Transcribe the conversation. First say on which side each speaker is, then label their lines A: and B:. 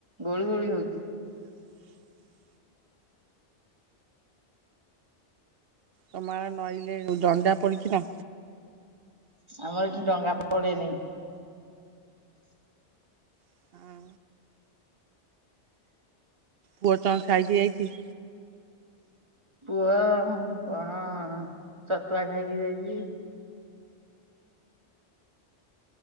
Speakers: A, on the right; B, on the right.
A: ଗୁଳି ଗୁଳି ହଉଛି।
B: ହଁ ତମଆରେ ନଈଲେ ଦଣ୍ଡା ପଡଛିି ନା?
A: ଆମର ଏଠି ଡଙ୍ଗା ପଡେନି।
B: ନା? ପୁଅ ତଂ ଖାଇକି ଯାଇଛି?
A: ପୁଅ କଣ ଛତୁଆ ଖାଇକି ଯାଇଛି।